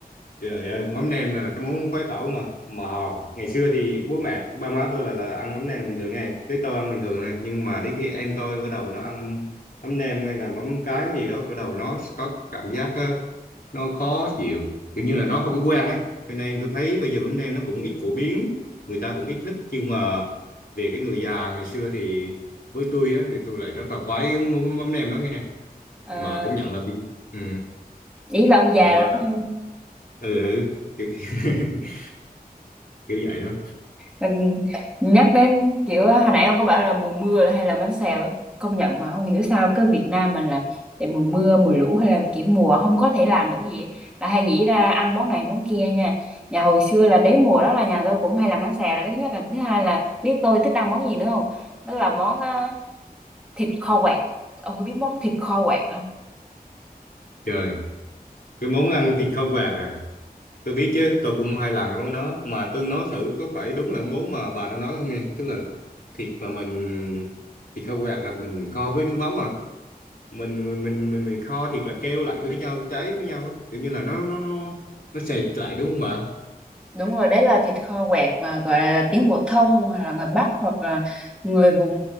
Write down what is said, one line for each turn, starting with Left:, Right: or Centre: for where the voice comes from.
Left: Trời ơi, mắm nêm là, là cái món khoái khẩu mà mà ngày xưa thì bố mẹ ba má tôi là là ăn mắm nêm bình thường nghe cái tôi ăn bình thường này nhưng mà đến khi em tôi bắt đầu nó ăn mắm nêm hay là mắm cái mắm gì đó bắt đầu nó có cảm giác ờ, nó khó chịu kiểu như là nó không có quen ấy cho nên tôi thấy bây giờ mắm nêm nó cũng ít phổ biến người ta cũng ít thích nhưng mà về cái người già ngày xưa thì với tôi á, thì tôi lại rất là khoái cái món mắm nêm đó nghe
Centre: à,
Left: mà cũng nhận là bị ừ,
Centre: ý là ông già
Left: ba
Centre: rồi đúng không
Left: ừ, ừ, kiểu, kiểu. <laughs> kiểu vậy đó
Centre: mình nhắc đến kiểu hồi nãy ông có bảo là mùa mưa hay là bánh xèo đó công nhận mà không hiểu sao cái Việt Nam mình là để mùa mưa mùa lũ hay là kiểu mùa không có thể làm được cái gì là hay nghĩ ra ăn món này món kia nha nhà hồi xưa là đến mùa đó là nhà tôi cũng hay làm bánh xèo là cái thứ nhất là thứ hai là biết tôi thích ăn món gì nữa không đó là món à, thịt kho quẹt ông có biết món thịt kho quẹt
Left: trời cái món ăn thịt kho quạt à tôi biết chứ tôi cũng hai lần cái món đó mà tôi nói thử có phải đúng là món mà bà đang nói không nghe tức là thịt mà mình thịt kho quạt là mình kho với nước mắm à mình mình mình mình, mình kho thịt là keo lại với nhau cháy với nhau á kiểu như là nó nó nó nó sệt lại đúng không bà
Centre: Đúng rồi, đấy là thịt kho quẹt mà gọi là tiếng phổ thông hoặc là người Bắc hoặc là người vùng